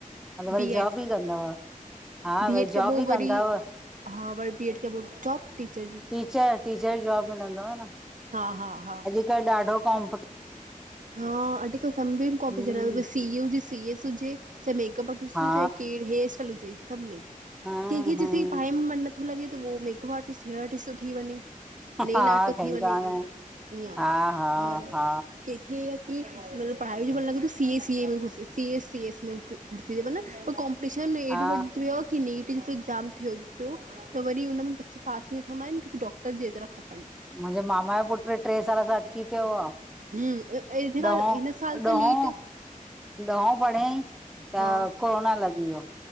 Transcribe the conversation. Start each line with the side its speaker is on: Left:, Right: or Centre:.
Centre: हल
Right: बी
Centre: वरी जॉब
Right: एड
Centre: ई कंदव। हा
Right: बी
Centre: वरी
Right: एड
Centre: जॉब
Right: खां पोइ
Centre: ई
Right: वरी,
Centre: कंदव
Right: हा वरी बी एड खां पोइ, जॉब टीचर जी।
Centre: टीचर, टीचर जॉब मिलंदव न?
Right: हा हा हा।
Centre: तं ॾाढो कॉप
Right: हा, अॼकल
Centre: हूं
Right: <unintelligible> सीओ जी सीएस हुजे त मेकअप आर्टिस्ट
Centre: हा
Right: हुजे चहे हेयर स्टाइल हुजे सभ में, कंहिंखे
Centre: हूं हूं
Right: जीते पढाई में मन तू लगे तो वो मेअकप आर्टिस्ट, हेयर टिस थी वने! नेल
Centre: हा
Right: आर्ट तो
Centre: ठही
Right: थी वनें
Centre: था
Right: ईअ,
Centre: वञनि
Right: इय
Centre: हा हा
Right: और
Centre: हा
Right: मूखे इय की अगर पाणी में मन लगो त सी ऐ, सीह ए बिल्कुल सी एस सी एस मूखे वाग़ूर मतलब काॅम् पटीशन हेॾो
Centre: हा
Right: वॾो थी व्यो आ कि नीट जी त एग्ज़ाम थ्यो तो, त वरी उन में बच्चे पास ईअ थ़मा ऐन की डॉक्टर जेतऱा खपन।
Centre: मुहिंजे मामा यो पुट्र ट्रे साल खां अटकी पयो आ।
Right: हम्म हिन खां
Centre: ॾहो-ॾहो
Right: हिन साल त नीट
Centre: ॾहों पढ़यई त
Right: हा
Centre: कोरोना लगी वयो।